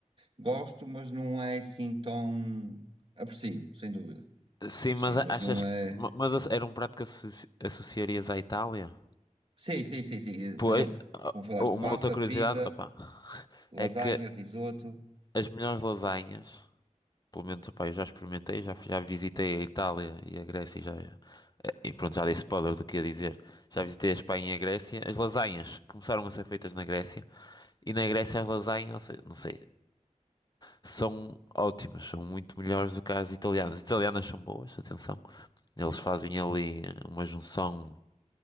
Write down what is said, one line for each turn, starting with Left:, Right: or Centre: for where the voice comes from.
Right: gosto, mas não é assim tão. Aprecio, sem dúvida.
Left: Sim,
Right: Aprecio,
Left: mas a-
Right: mas
Left: achas
Right: não
Left: que.
Right: é.
Left: ma- Mas asso- era um prato que associ- associarias à Itália?
Right: Sim, sim, sim, sim. Eh,
Left: Pois.
Right: Por exemplo,
Left: ah,
Right: como falaste,
Left: Uma
Right: massa,
Left: outra curiosidade,
Right: pizza,
Left: opa,
Right: lasanha,
Left: é que
Right: risoto.
Left: as melhores lasanhas, pelo menos, opa, eu já experimentei, já, já visitei a Itália e a Grécia e já. eh, E pronto, já dei spoiler do que ia dizer. Já visitei a Espanha e a Grécia. As lasanhas começaram a ser feitas na Grécia. E na Grécia as lasanhas, ou seja, não sei, são ótimas, são muito melhores do que as italianas. As italianas são boas, atenção. Eles fazem ali uma junção